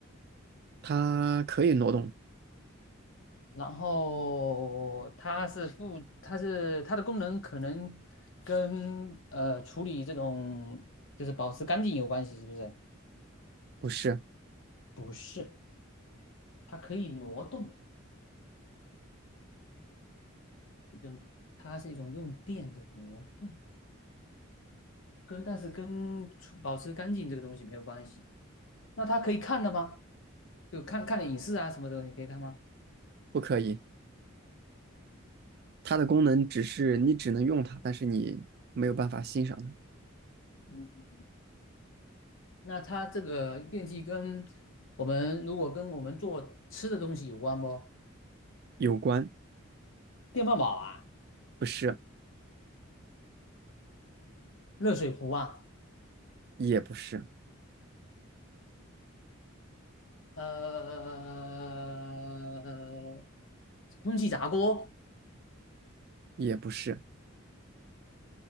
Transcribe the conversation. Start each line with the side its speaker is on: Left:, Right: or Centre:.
Right: 它可以挪动，
Left: 然后它是负，它是它的功能可能跟呃处理这种就是保持干净有关系，是不是？
Right: 不是，
Left: 不是，它可以挪动，就种它是一种用电的挪动，跟但是跟处保持干净这个东西没有关系。那他可以看的吗？就看看影视啊什么的，你可以看吗？
Right: 不可以，它的功能只是你只能用它，但是你没有办法欣赏它。
Left: 嗯，那他这个电器跟我们如果跟我们做吃的东西有关不？
Right: 有关，
Left: 电饭煲啊，
Right: 不是，
Left: 热水壶啊，
Right: 也不是，
Left: 呃，空气炸锅，
Right: 也不是，